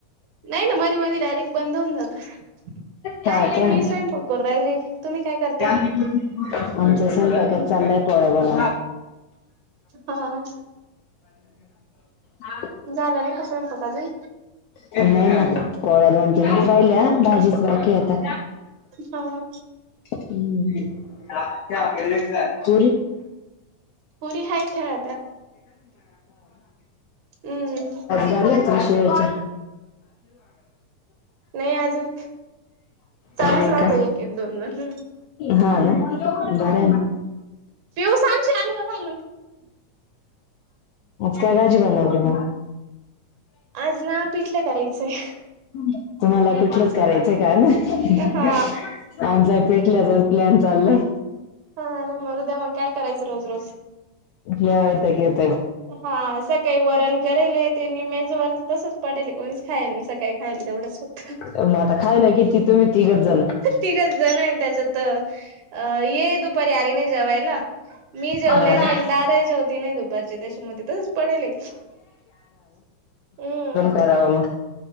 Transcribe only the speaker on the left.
हा
का
आमच्या संटकत चाललंय पळ बन
<inaudible> <inaudible>
नाही ना पोळ्या दोन तीनच राहिल्या भाजीच बाकी आता
हम्मल्या <inaudible>
बर कृषयच
नाही
का
हा ना बर
काय भाजी बनव
<inaudible> तुम्हाला पिठलंच करायचंय का
आमचा फिटल्याच प्लॅन चालय
यायत क
मग आता खायला किती तुम्ही तिघच जण
हा ना
रावा म